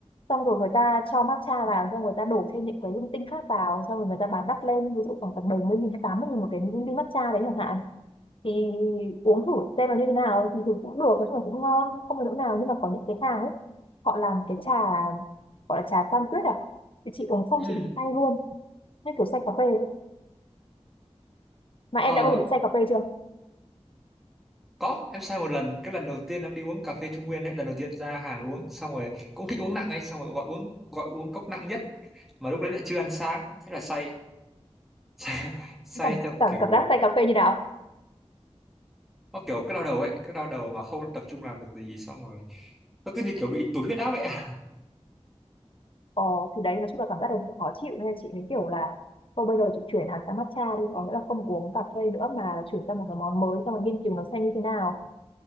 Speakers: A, on the left; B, in the centre.
A: Xong rồi người ta cho matcha vào, xong người ta đổ thêm những cái linh tinh khác vào, xong rồi người ta bán đắt lên, ví dụ khoảng tầm bảy mươi nghìn hay tám mươi nghìn một cái ly matcha đấy chẳng hạn thì uống thử xem là như thế nào thì thường cũng được nói chung là cũng ngon không có chỗ nào nhưng mà có những cái hàng ấy họ làm cái trà gọi là trà san tuyết à thì chị uống xong
B: ừ
A: chị bị say luôn như kiểu say cà phê ấy. mà
B: ờ.
A: em đã bao giờ bị say cà phê chưa
B: Có, em sai một lần, cái lần đầu tiên em đi uống cà phê Trung Nguyên ấy, lần đầu tiên ra hàng uống, xong rồi cũng thích uống nặng ấy, xong rồi gọi uống gọi uống cốc nặng nhất, mà lúc đấy lại chưa ăn sáng, thế là say, <laughs> say,
A: cảm,
B: theo
A: cảm,
B: kiểu
A: cảm giác say cà phê như nào
B: nó kiểu cái đau đầu ấy, cái đau đầu mà không tập trung làm được gì, xong rồi nó cứ như kiểu bị tụt huyết áp vậy. <laughs> à.
A: ờ thì đấy nói chung là cảm giác này cũng khó chịu nên là chị mới kiểu là thôi bây giờ chị chuyển hẳn sang matcha đi có nghĩa là không uống cà phê nữa mà chuyển sang một cái món mới xong rồi nghiên cứu nó xem như thế nào